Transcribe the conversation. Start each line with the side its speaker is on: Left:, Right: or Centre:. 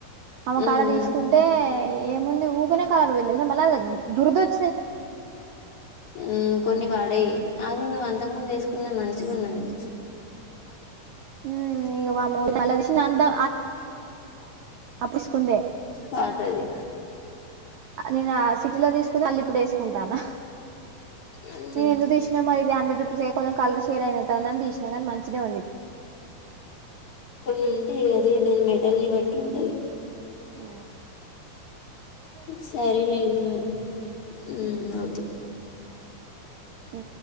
Right: ఆమకాడ
Left: ఉమ్
Right: దీసుకుంటే ఏముంది ఊకనే కలర్ పోయింది మళ్ దురదద్
Left: ఊ కొన్ని పాడయ్యాయ్ అది నువ్వు అంతకు ముందు దీసుకున్నది మంచిగున్నది
Right: ఉ ఇగ వామ్మో వలగవేషింది అంతా తీసుకుందే
Left: బాట అది
Right: నేను ఆ సిటీలో తీసుకుని అళ్ళి ఇప్పుడు ఏసుకుంటాన్న
Left: ఉమ్,
Right: ఎందుకు దీసినామ ఇది అండ్రెడ్ రు రుపీషే కొంచెం కలర్ షేడ్ అయినట్టు అని తీసినా గానీ మంచినే ఉంది ఇది
Left: కొన్ని ఉంటే అదె దాని మె బట్టల్ని బట్టి ఉంటది
Right: ఆ
Left: సరేలేండి మరి ఉ ఓకే
Right: ఆ